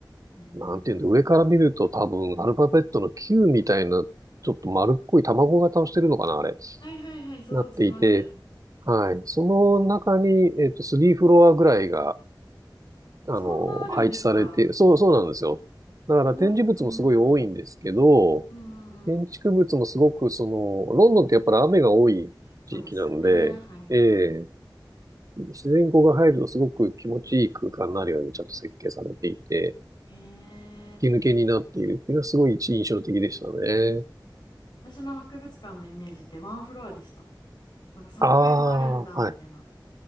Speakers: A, on the left (about 65°); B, on the right (about 45°).
A: ーん。
B: なんて言うんだ、上から見ると多分アルファベットの Q みたいな、ちょっと丸っこい卵型をしてるのかな、
A: うん
B: あれ、
A: はいはいはい、想像つきます。
B: なっていて、はい。その中に、えっと、3フロアぐらいが、あの、
A: そんなあるんですか
B: 配置されている。そう、そうなんですよ。だから展示物もすごい多いんですけど、
A: おも、うんうん、うんうんうん。
B: 建築物もすごく、その、ロンドンってやっぱり雨が多い地域なので、
A: そうですよね。はいはいは
B: ええ、自然光が入るとすごく気持ちいい空間になるようにちゃんと設計されていて、
A: い。へえ。
B: 吹き抜けになっているっていうのはすごい印象的でしたね。
A: 私の博物館のイメージってワンフロアでした。なんか3階もあるんだ、
B: ああ、はい。
A: みたいな。